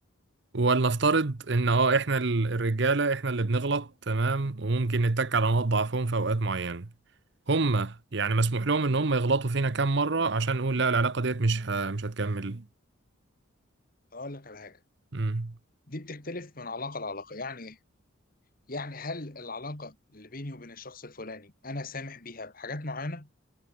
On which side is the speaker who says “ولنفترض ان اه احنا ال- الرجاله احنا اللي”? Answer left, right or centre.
Right